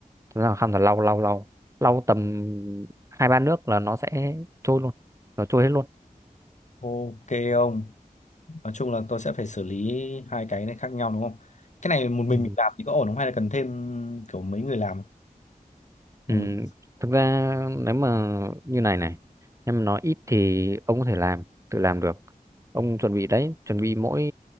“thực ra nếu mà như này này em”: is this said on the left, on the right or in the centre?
Right